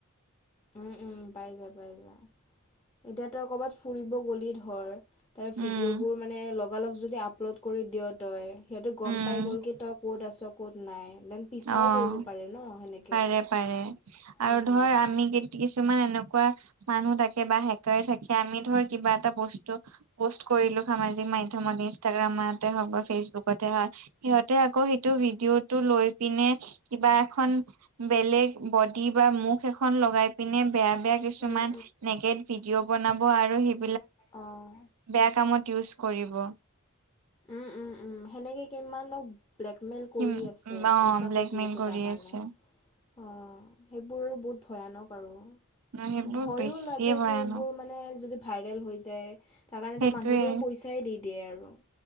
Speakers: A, on the left; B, on the right.
A: উম', - উম', পাই যায়, - পাই যায়, এতিয়া‌ তই কবাত ফুৰিব গলি ধৰ', তাৰ ভিডিঅ'বোৰ
B: উম
A: মানে লগালগ যদি আপলোড কৰি দিয় তই', সিহঁতে গম
B: উম
A: পাই গ'ল কি তই ক'ত আছ ক'ত নাই, দেন', পিছাও
B: অ',
A: কৰিব পাৰে ন সেনেকে।
B: পাৰে, - পাৰে,
A: উম।
B: আৰু ধৰ আমি কেতি', কিছুমান এনেকুৱা মানুহ থাকে বা হেকাৰ থাকে আমি ধৰ কিবা এটা বস্তু', প'ষ্ট কৰিলোঁ সামাজিক মাধ্যমত, ইনষ্টাগ্ৰামতে হওঁক বা ফেচবুকতে হওঁক', সিহঁতে আকৌ সেইটো ভিডিঅ' টো লৈ', পিনে কিবা এখন, বেলেগ বডি বা মুখ এখন লগাই পিনে বেয়া', বেয়া কিছুমান
A: উম,
B: নেকেট ভিডিঅ' বনাব আৰু সি',
A: অহ',
B: বেয়া কামত ইউজ কৰিব',
A: উম', - উম', - উম', সেনেকে কিমানৰ', ব্লেকমেইল কৰি
B: কি
A: আছে,
B: অ
A: পইচা
B: ব্লেকমেইল
A: খুজি আছে
B: কৰি
A: তাৰ কাৰণে',
B: আছে
A: অ', সেইবোৰ বহুত ভয়ানক আৰু',
B: সেইবোৰ
A: ভয়ো
B: বেছিয়ে
A: লাগে
B: ভয়ানক
A: যে সেইবোৰ মানে যদি। ভাইৰেল হৈ যায়, তাৰ কাৰণেতো
B: সেইটোৱে
A: মানুহবোৰে পইচাই দি দিয়ে আৰু